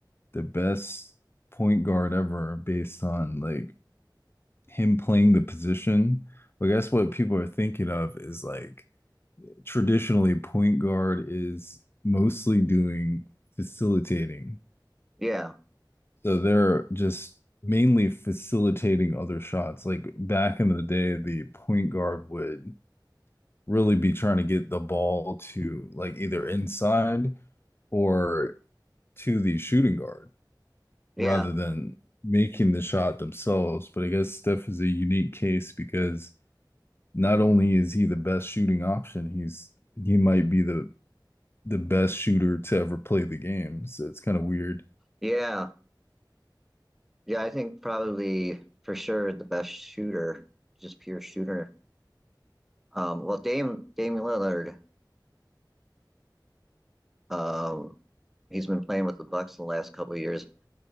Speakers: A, on the left; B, in the centre.
A: the best point guard ever based on like him playing the position. But I guess what people are thinking of is like traditionally point guard is mostly doing facilitating.
B: yeah
A: So they're just mainly facilitating other shots. Like back in the day, the point guard would really be trying to get the ball to like either inside or to the shooting guard
B: yeah
A: rather than making the shot themselves. But I guess Steph is a unique case because not only is he the best shooting option, he's he might be the the best shooter to ever play the game. So it's kind of weird.
B: yeah yeah, I think probably for sure the best shooter, just pure shooter. Um, well, Dame Dame Lillard, um, he's been playing with the Bucks the last couple of years.